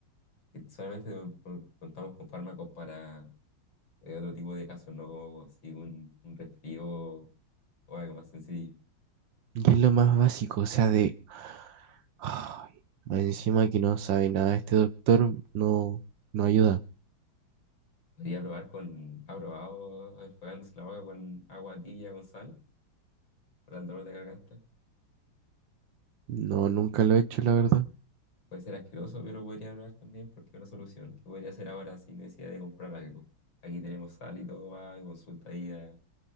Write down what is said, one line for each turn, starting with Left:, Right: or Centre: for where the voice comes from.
Left: Que solamente por- contamos con fármacos para eh, otro tipo de casos, no como así un, un resfrío o algo más sencillo.
Right: Y es lo más básico, o sea, de... Ay, más encima que no sabe nada este doctor, no, no ayuda.
Left: Podría probar con, ha probado enjuagándose la boca con agua tibia con sal para el dolor de garganta.
Right: No, nunca lo he hecho, la verdad.
Left: Puede ser asqueroso, pero podría probar también porque es una solución que podría hacer ahora sin necesidad de comprar algo. Aquí tenemos sal y todo, va, y consulta ahí a,